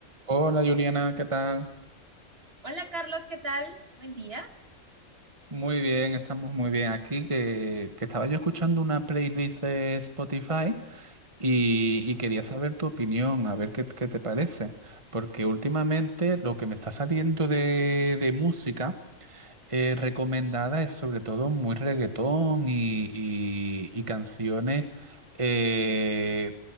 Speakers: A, on the right; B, on the right.
A: Hola Juliana, ¿qué tal?
B: Hola Carlos, ¿qué tal? Buen día.
A: Muy bien, estamos muy bien aquí, que, que estaba yo escuchando una playlist de Spotify y, y quería saber tu opinión, a ver qué, qué te parece, porque últimamente lo que me está saliendo de, de música eh, recomendada es sobre todo muy reggaetón y, y, y canciones eh,